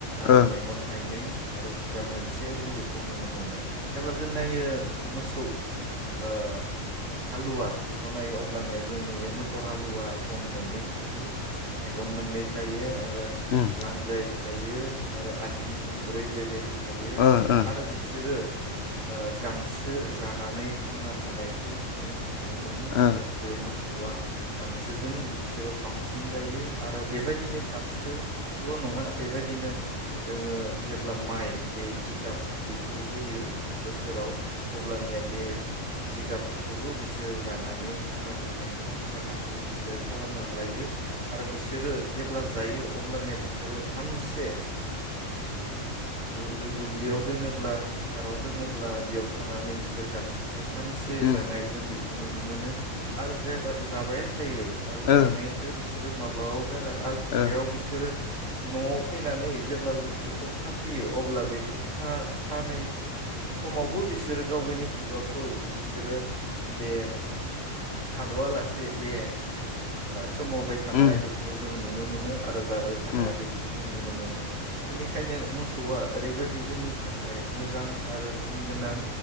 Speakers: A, on the right; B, on the left.
A: आरो
B: ओ
A: मेगन थाइनै आरो खुगा मोनसे जों बेखौ नुनो मोनो जेब्ला जों नायो मोसौ ओ हालुवा बेखौ नायो अब्लानिया जों नुयो मोसौ हालुवा गम मोननै थायो मेगन मोननै थायो आरो
B: उम
A: लान्जाय थायो आरो आथिं थोंब्रै बेबायदि थायो
B: ओ ओ
A: आरो बिसोरो ओ गांसो जानानै थांना थानायखौ जों नुनो मोनो
B: ओ
A: आरो बे मोसौ औवा गांसोजों बिसोरो बांसिन जायो आरो बेबायदिनो गांसोल' नङा बेबायदिनो जोङो जेब्ला माइ बे जिगाब बेखौ होयो बोसोराव अब्लानिया बे जिगाबखौबो बिसोरो जानानै थांना थानाय राहाखौ बिसोरो खालामनानै लायो आरो बिसोरो जेब्ला जायो अब्लानिया बिसोरो सानसे दुब्लियाव दोनोब्ला फोथाराव दोनोब्ला ब्ला बेयाव थानानै बिसोर गांसोखौ खौ सानसे
B: उम
A: जानाय जों बैखौ नुनो मोनो आरो जाबायानो थानाय थायो आरो जानायखौ
B: ओ
A: बिसोर बिसोरो माब्लाबा खुगारा आरो खुगायाव
B: ओ
A: बिसोरो न'आव फैनानै जेब्ला बेखौ खाफैयो अब्ला बेखौ खानाय समावबो बिसोरो गाव गावनि खुगा खौ बिसोरो बे थाद'आलासे बे सोमावबाय थानाय
B: उम
A: बेखौ जों नुनो नुनो मोनो आरो जाबाय थानाय
B: उम
A: बेखौ जों नुनो मोनो बेनिखायनो मोसौआ ओरैबायदि जोंनि थाखाय मोजां आरो गुन गोनां